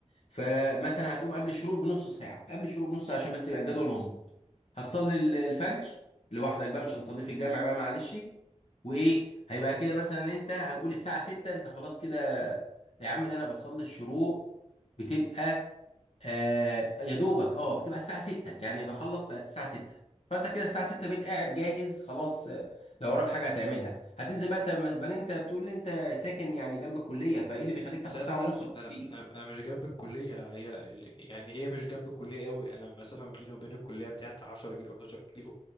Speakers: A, on the left; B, on the left.
A: فمثلا هتقوم قبل الشروق بنص ساعة قبل الشروق بنص ساعة عشان بس يبقى الجدول مظبوط هتصلي ال- الفجر لوحدك بقى مش هنصليه في الجامع بقى معلش وايه هيبقى كده مثلا انت هنقول الساعة 6 انت خلاص كده يا عم ده انا بصلي الشروق بتبقى آه يا دوبك اه بتبقى الساعة 6 يعني بخلص بقت الساعة 6 فانت
B: مم.
A: كده الساعة 6 بقيت قاعد جاهز خلاص آه، لو وراك حاجة هتعملها هتنزل بقى انت بعدين انت بتقول لي انت ساكن يعني جنب الكلية فايه اللي بيخليك تاخد
B: لا
A: ساعة
B: لا لا
A: ونص في الطريق
B: ده انا انا انا مش جنب الكليه هي ال- يعني هي مش جنب الكليه قوي انا المسافه ما بيني وبين الكليه بتاعت 10 كيلو 11 كيلو